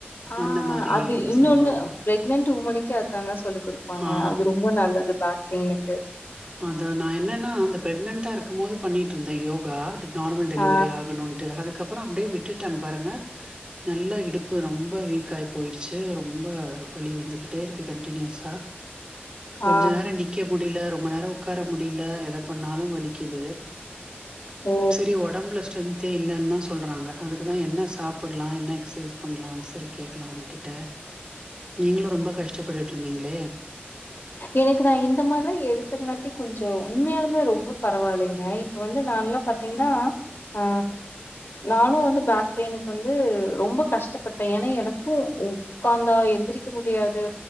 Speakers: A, on the left (about 70°); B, on the right (about 25°).
A: ஆஹ்
B: அந்த மாரி ஒண்ணு
A: இன்னொன்னு
B: சொல்லுவாங்க
A: பிரெக்னெண்ட் ஒமெண்கே அதாங்க சொல்லிகடுப்பாங்க
B: ஆ
A: அது ரொம்ப நல்லது அது பாக் பெய்னுக்கு
B: அத நான் என்னன்னா அந்த பிரெக்னன்டா இருக்கும் போது பண்ணிட்டு இருந்தேன் யோகா நார்மல் டெலிவரி
A: ஆ
B: ஆகணும்ட்டு அதுக்கு அதுக்கப்புறம் அப்படியே விட்டுடென் பாருங்க நல்லா இடுப்பு ரொம்ப வீக் காய் போயிடுச்சு ரொம்ப வலி வந்துகிட்டே இருக்கு கன்டினியூஸா கொஞ்ச
A: ஆ
B: நேரம் நிக்க முடியல ரொம் ரொம்ப நேரம் உட்கார முடியல எதை பண்ணாலும் வலிக்குது
A: ஓ!
B: சரி ஒடம்புல ஸ்டெந்தே இல் இல்லன்னு தான் சொல்றாங்க அதுக்குதான் என்ன சாப்புடலாம் என்ன எக்சசைஸ் பண்ணலாம் சரி கேக்கலாம் உங்ககிட்ட நீங்களும் ரொம்ப கஷ்டப்பட்டுட்டு இருந்தீங்களே
A: எனக்கு நான் இந்த மாரிலாம் எடுத்துங்காட்டி கொஞ்சம் உண்மையாலுமே ரொம்ப பரவாயில்லைங்க இப்ப வந்து நான் எல்லாம் பாத்தீங்கன்னா ஆ நானும் வந்து பேக் பெயினுக்கு வந்து ரொம்ப கஷ்டப்பட்டேன் ஏன்னா எனக்கும் உட்காந்தா எந்திரிக்க முடியாது